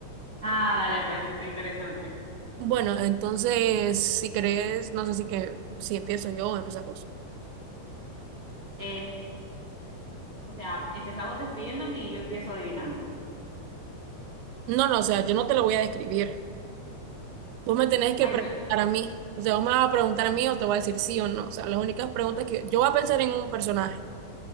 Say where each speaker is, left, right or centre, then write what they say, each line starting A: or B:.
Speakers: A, on the right (about 45°); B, on the right (about 85°).
A: Ah, dale, pues, está interesante.
B: Bueno, entonces, si crees, no sé si que si empiezo yo o empezás vos.
A: Eh, o sea, empezamos describiéndome y yo empiezo adivinando.
B: No, no, o sea, yo no te lo voy a describir. Vos me tenés que
A: Ay,
B: preguntar
A: pero,
B: a mí. O sea, vos me vas a preguntar a mí o te voy a decir sí o no. O sea, las únicas preguntas que yo voy a pensar en un personaje.